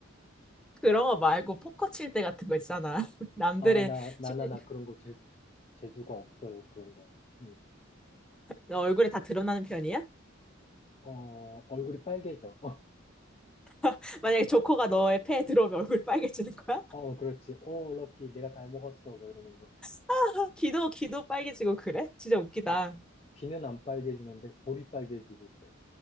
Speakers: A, in the centre; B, on the left.
A: 그런 거 말고 포커 칠 때 같은 거 있잖아. <laughs> 남들의
B: 아, 나, 나나,
A: 심리,
B: 나 그런 거 재, 재주가 없어요. 그런 거예요. 음.
A: 너 얼굴에 다 드러나는 편이야?
B: 어, 얼굴이 빨개져. <laughs>
A: <laughs> 만약에 조커가 너의 패에 들어오면 얼굴 빨개지는 거야?
B: 어, 그렇지. 어, 럭키, 내가 다 먹었어. 뭐 이러면서.
A: <laughs> 귀도 귀도 빨개지고 그래? 진짜 웃기다.
B: 어, 귀는 안 빨개지는데 볼이 빨개지고 그래.